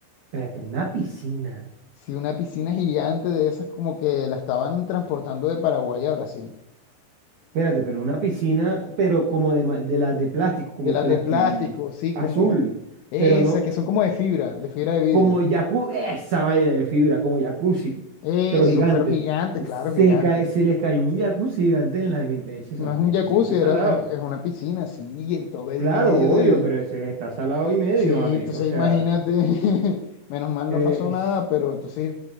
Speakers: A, on the right; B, on the left.
A: Espérate, una piscina.
B: Sí, una piscina gigante de esas como que la estaban transportando de Paraguay a Brasil.
A: Espérate, pero una piscina, pero como de, ma- de las de plástico, como
B: de las
A: plasti
B: de plástico, sí,
A: azul,
B: como esas
A: pero no
B: que son como de fibra, de fibra de vidrio.
A: como jacuzzi, esa vaina de fibra, como jacuzzi,
B: Eso,
A: pero gigante.
B: pero gigante, claro,
A: Se,
B: gigante.
A: cae, se les cayó un jacuzzi gigante en la mitad. Eso,
B: No es un jacuzzi,
A: sí es
B: era-
A: salado.
B: es, es una piscina, sí, en todo el
A: Claro,
B: medio
A: obvio,
B: del...
A: pero ese está salado y medio,
B: Sí,
A: mami.
B: entonces
A: O sea,
B: imagínate, <laughs> menos mal
A: eh,
B: no pasó nada,
A: <laughs>
B: pero entonces,